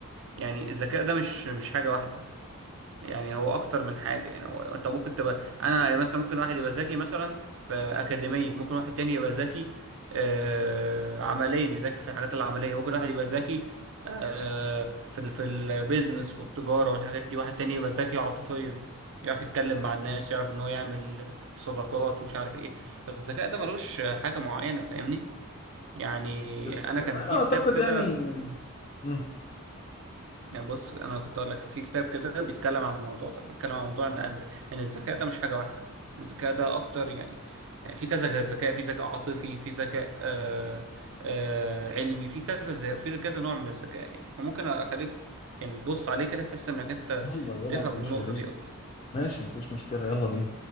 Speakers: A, on the right (about 60°); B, on the left (about 30°).
A: يعني الذكاء ده مش مش حاجة واحدة يعني هو اكتر من حاجه يعني هو انت ممكن تبقى انا مثلا ممكن واحد يبقى ذكي مثلا في اكاديميا ممكن واحد تاني يبقى ذكي آه عمليا يذاكر في الحاجات العمليه ممكن واحد يبقى ذكي آه في ال- في البيزنس والتجاره والحاجات دي واحد تاني يبقى ذكي عاطفيا يعرف يتكلم مع الناس
B: مم.
A: يعرف ان هو يعمل صداقات ومش عارف ايه فالذكاء ده ملوش حاجه معينه فاهمني يعني
B: بس
A: انا كان
B: انا
A: في كتاب
B: اعتقد
A: كده
B: يعني مم.
A: يعني بص انا كنت اقول لك في كتاب كده بيتكلم عن الموضوع ده بيتكلم عن موضوع ان قد ان الذكاء ده مش حاجه واحده الذكاء ده اكتر يعني يعني في كذا ذكاء في ذكاء عاطفي في ذكاء آه آه علمي في كذا ز- في كذا نوع من الذكاء يعني فممكن اخليك يعني تبص عليه كده بحيث انك انت
B: يلا يلا
A: تفهم
B: لا يا باشا
A: النقطه
B: يا ريت
A: دي اكتر
B: ماشي مفيش مشكلة يلا بينا